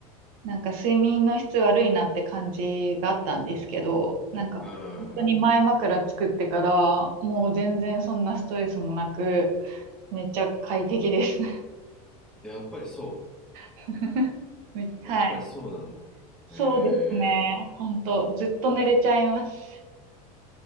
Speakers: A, on the right; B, in the centre.
A: なんか睡眠の質悪いなって感じがあったんですけど、なんか本当に前枕作ってから、
B: うん。
A: もう全然そんなストレスもなく、めっちゃ快適です。
B: やっぱりそ
A: <laughs> めはい。
B: う。やっぱりそうなんだ。
A: そうですね。
B: え
A: 本当ずっと寝れちゃいます。